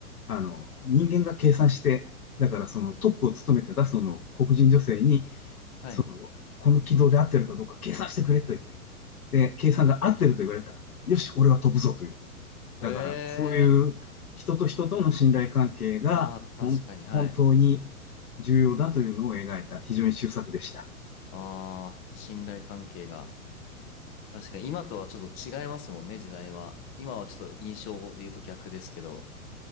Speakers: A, on the left; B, on the left.
A: あの、人間が計算して、だからそのトップを務めてたその黒人女性に、
B: はい。
A: その、この軌道で合ってるかどうか計算してくれと言って、で、計算が合ってると言われたら、よし、俺は飛ぶぞという。だから、
B: へえ。
A: そういう人と人との信頼関係が、
B: ああ、確かに、
A: ほん、本当に
B: はい。
A: 重要だというのを描いた非常に秀作でした。
B: ああ、信頼関係が。確かに、今とはちょっと違いますもんね、時代は。今はちょっと印象で言うと逆ですけど。